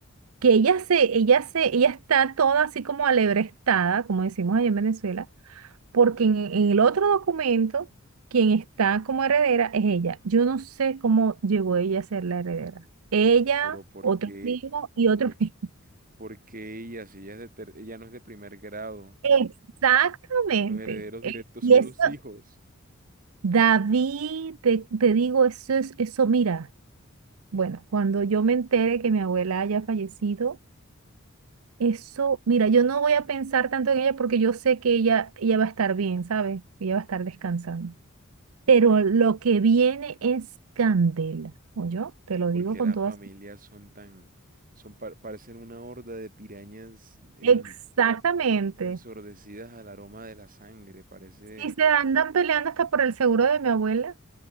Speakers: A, on the right; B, on the right.
A: que ella se, ella se, ella está toda así como alebrestada, como decimos allá en Venezuela, porque en, en el otro documento, quien está como heredera es ella. Yo no sé cómo llegó ella a ser la heredera. Ella,
B: pero ¿por
A: otro
B: qué,
A: primo y otro
B: por,
A: <laughs> primo.
B: por qué ella, si ella es de ter- ella no es de primer grado?
A: Exactamente.
B: Los herederos directos
A: Eh, Y
B: son
A: eso,
B: los hijos.
A: David, te, te digo, eso es, eso, mira. Bueno, cuando yo me entere que mi abuela haya fallecido, eso, mira, yo no voy a pensar tanto en ella porque yo sé que ella, ella va a estar bien, ¿sabes? Ella va a estar descansando. Pero lo que viene es candela, o yo te lo
B: Porque
A: digo con
B: las
A: todas.
B: familias son tan, son par- parecen una horda de pirañas en-
A: Exactamente.
B: ensordecidas al aroma de la sangre, parece.
A: Si se andan peleando hasta por el seguro de mi abuela,